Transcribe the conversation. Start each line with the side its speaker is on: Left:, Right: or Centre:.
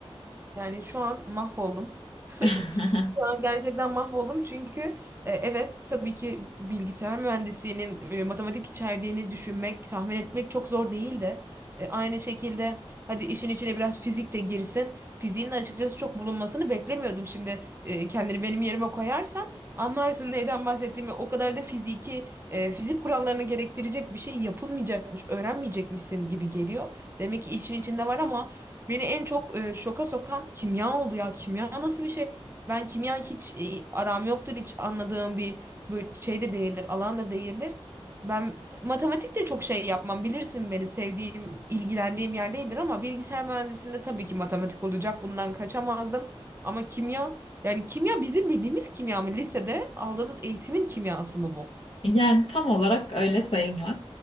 Right: Yani şu an mahvoldum.
Left: <laughs>
Right: <laughs> Şu an gerçekten mahvoldum çünkü e, evet tabii ki bilgisayar mühendisliğinin e, matematik içerdiğini düşünmek, tahmin etmek çok zor değil de e, aynı şekilde hadi işin içine biraz fizik de girsin. Fiziğin de açıkçası çok bulunmasını beklemiyordum. Şimdi e, kendini benim yerime koyarsan anlarsın neyden bahsettiğimi. O kadar da fiziki e, fizik kurallarını gerektirecek bir şey yapılmayacakmış, öğrenmeyecekmişsin gibi geliyor. Demek ki işin içinde var ama Beni en çok e, şoka sokan kimya oldu ya. Kimya nasıl bir şey? Ben kimya hiç e, aram yoktur. Hiç anladığım bir böyle şey de değildir. Alan da değildir. Ben matematik de çok şey yapmam. Bilirsin beni sevdiğim, ilgilendiğim yer değildir ama bilgisayar mühendisliğinde tabii ki matematik olacak. Bundan kaçamazdım. Ama kimya yani kimya bizim bildiğimiz kimya mı? Lisede aldığımız eğitimin kimyası mı bu?
Left: Yani tam olarak öyle sayılmaz.